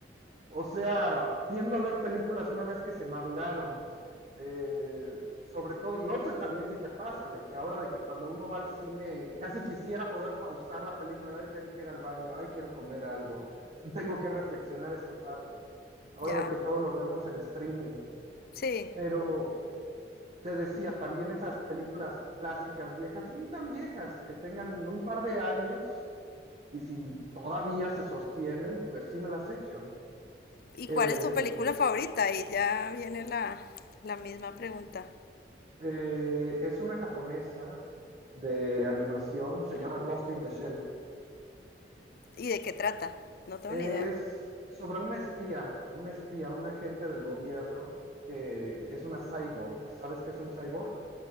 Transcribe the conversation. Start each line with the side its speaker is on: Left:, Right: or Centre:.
Right: O sea, tiendo a ver películas una vez que se maduraron. Eh, sobre todo, no sé también si te pasa, de que ahora de que cuando uno va al cine, casi quisiera poder pausar la película, ay, tengo que ir al baño, ay, quiero comer algo, tengo que reflexionar esta parte. Ahora
Left: Ya.
Right: de que todo lo vemos en streaming.
Left: Sí.
Right: Pero te decía, también esas películas clásicas viejas, y ni tan viejas, que tengan un par de años, y si todavía se sostienen, pues sí me las echo.
Left: ¿Y
Right: Eh,
Left: cuál es tu película favorita? Y ya viene la la misma pregunta.
Right: Eh, es una japonesa de animación, se llama Ghost in the Shell.
Left: ¿Y de qué trata? No tengo
Right: Es
Left: ni idea.
Right: sobre un espía, un espía, un agente del gobierno que es una cyborg. ¿Sabes qué es un cyborg?